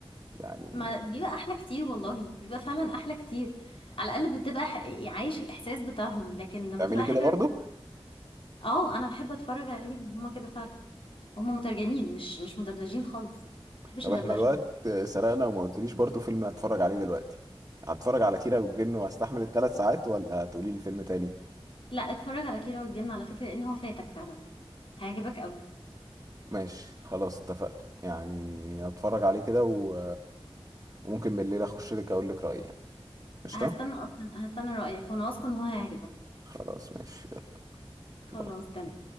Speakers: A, on the right; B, on the left.
A: يعني
B: ما بيبقى احلى كتير والله بيبقى فعلا احلى كتير على الاقل بتبقى ح... عايش الاحساس بتاعهم لكن
A: بتعملي
B: لما تبقى
A: كده
B: حاجه
A: برضو
B: اه انا بحب اتفرج عليهم هما كده فعلا هما مترجمين مش مش مدبلجين خالص ما بحبش
A: طب
B: الدبلجه
A: احنا الوقت سرقنا وما قلتليش برضو فيلم هتفرج عليه دلوقتي هتفرج على كيرة والجن واستحمل الثلاث ساعات ولا تقولي لي فيلم تاني
B: لا اتفرج على كيرة والجن على فكره لان هو فاتك فعلا هيعجبك قوي
A: ماشي خلاص اتفقنا يعني هتفرج عليه كده و... وممكن بالليل اخش لك اقول لك رأيي يعني قشطة
B: هستنى اصلا هستنى رايك وانا واثقه ان هو هيعجبك
A: خلاص ماشي يلا
B: خلاص
A: باي.
B: تمام